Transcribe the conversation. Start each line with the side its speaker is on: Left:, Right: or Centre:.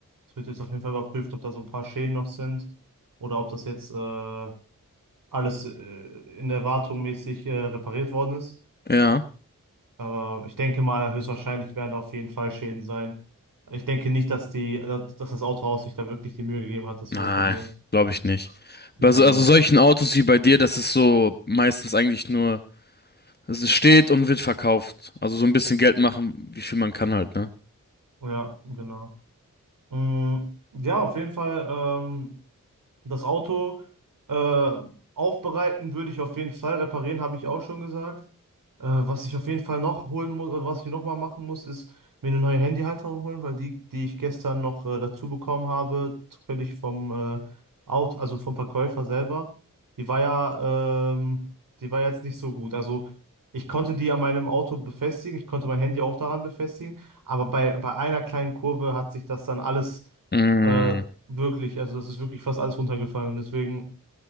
Right: Es wird jetzt auf jeden Fall überprüft, ob da so ein paar Schäden noch sind oder ob das jetzt äh, alles äh, in der Wartung mäßig äh, repariert worden ist.
Left: Ja,
Right: Aber ich denke mal, höchstwahrscheinlich werden da auf jeden Fall Schäden sein. Ich denke nicht, dass die, dass das Autohaus sich da wirklich die Mühe gegeben hat, das
Left: nein,
Right: zu reparieren.
Left: glaube ich nicht.
Right: Ja,
Left: Also, also solchen Autos wie bei dir, das ist so meistens eigentlich nur, es steht und wird verkauft. Also so ein bisschen Geld machen, wie viel man kann halt, ne?
Right: ja, genau. Mm, ja, auf jeden Fall. Ähm, Das Auto äh, aufbereiten würde ich auf jeden Fall. Reparieren habe ich auch schon gesagt. Äh, was ich auf jeden Fall noch holen muss, oder was wir noch mal machen muss, ist mir eine neue Handyhalterung holen, weil die, die ich gestern noch äh, dazu bekommen habe, zufällig vom äh, Auto, also vom Verkäufer selber, die war ja, ähm, die war jetzt nicht so gut. Also ich konnte die an meinem Auto befestigen, ich konnte mein Handy auch daran befestigen, aber bei, bei einer kleinen Kurve hat sich das dann alles
Left: Mhm.
Right: äh, Wirklich, also das ist wirklich fast alles runtergefallen. Deswegen,